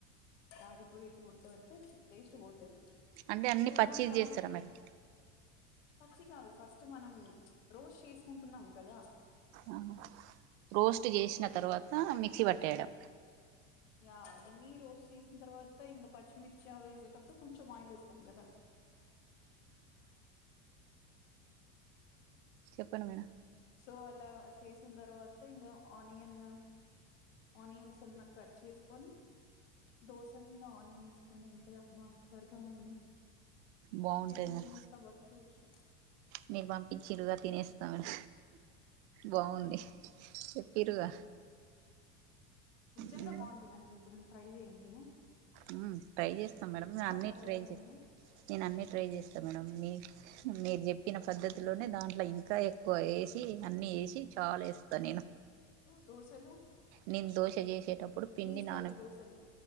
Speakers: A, on the left (about 80°); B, on the right (about 70°).
A: తాలిపోయేట్టి ఉడక పెడితే టేస్ట్ పోతది
B: అంటే అన్ని
A: కొంతమంది
B: పచ్చిది
A: తాలింపు
B: చేస్తార మెడం
A: పచ్చి కాదు ఫస్ట్ మనం రోస్ట్ చేసుకుంటున్నాం కదా
B: ఆ రోస్ట్ చేసిన తర్వాత మిక్సీ పట్టేయడం
A: యా మీరు రోస్ట్ చేసిన తర్వాత ఇంగ పచ్చిమిర్చి అవి వేసేటప్పుడు కొంచెం ఆయిల్ యేస్తాం కదా
B: బ్లాంక్ చెప్పండి మేడం
A: సో అలా చేసిన తర్వాత ఇంగ ఆనియన్ ఆనియన్స్ సన్నగ కట్ చేసుకొని దోశ మీద ఆనియన్ వేసుకుని తింటే అబ్బా స్వర్గం అండి
B: బాగుంటది
A: టిఫన్
B: మేడం
A: తినేస్తబత్కేయొచ్చు
B: మీరు పంపించిరుగా తినేస్తామ్ బాగుంది చెప్పిరుగా
A: నిజంగా
B: ఉమ్,
A: బాగుంటందండి ఎప్పుడైన ట్రై చెయండి
B: ఉమ్ ట్రై చేస్తాం మేడం అన్ని
A: పద్ధతిలోనే
B: ట్రై చేస్తా నేను అన్నిీ ట్రై చేస్తా మేడం మీ మీరు చెప్పిన పద్ధతిలోనే దాంట్ల ఇంకా ఎక్కువ ఎసి అన్ని ఎసి చాలా ఎస్తా నేను
A: దోసెలు
B: నేను దోష చేసేటప్పుడు పిండి
A: స్టైల్
B: నాన
A: దోశలు